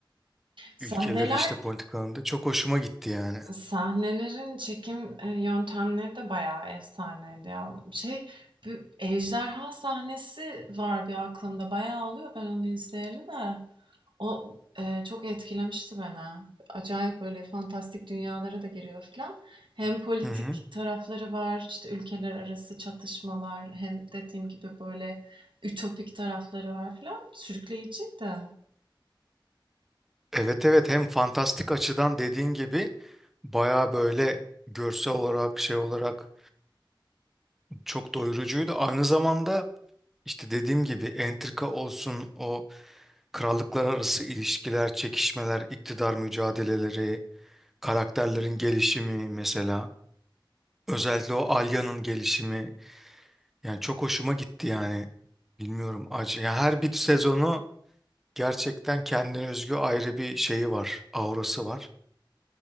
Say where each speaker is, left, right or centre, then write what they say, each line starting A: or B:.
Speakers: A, on the right (about 70°); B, in the centre.
A: Sahneler,
B: ülkelerin işte politikalarında çok hoşuma gitti yani.
A: sahnelerin çekim e, yöntemleri de bayağı efsaneydi ya. Şey, bir ejderha sahnesi var bir aklımda. Bayağı oluyor ben onu izleyeli de. O, eee, çok etkilemişti beni. Acayip böyle fantastik dünyalara da giriyor filan. Hem politik
B: Hı hı.
A: tarafları var, işte ülkeler arası çatışmalar, hem dediğim gibi böyle ütopik tarafları var filan. Sürükleyiciydi.
B: Evet evet hem fantastik açıdan dediğin gibi baya böyle görsel olarak şey olarak çok doyurucuydu. Aynı zamanda işte dediğim gibi entrika olsun o krallıklar arası ilişkiler, çekişmeler, iktidar mücadeleleri Karakterlerin gelişimi mesela. Özellikle o Alya'nın gelişimi. Yani çok hoşuma gitti yani. Bilmiyorum acı. ya her bir sezonu gerçekten kendine özgü ayrı bir şeyi var. Aurası var.